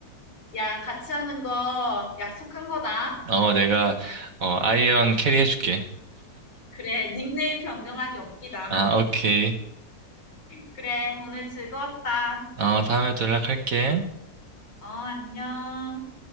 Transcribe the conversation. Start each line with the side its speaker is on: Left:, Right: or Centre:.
Left: 야, 같이 하는 거 약속한 거다.
Right: 어, 내가 어, 아이언 캐리 해줄게.
Left: 그래, 닉네임 변경하기 없기다.
Right: 아, 오케이.
Left: 그래, 오늘 즐거웠다.
Right: 어, 다음에 또 연락할게.
Left: 어, 안녕.